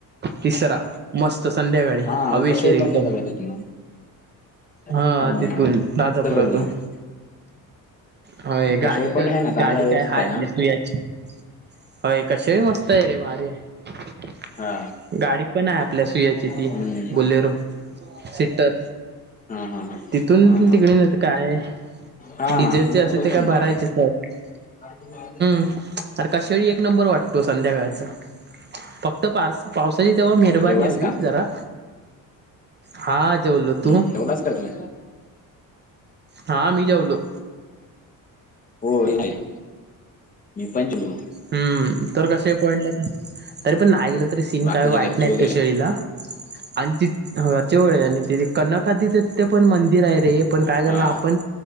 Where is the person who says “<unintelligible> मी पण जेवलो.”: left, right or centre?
Left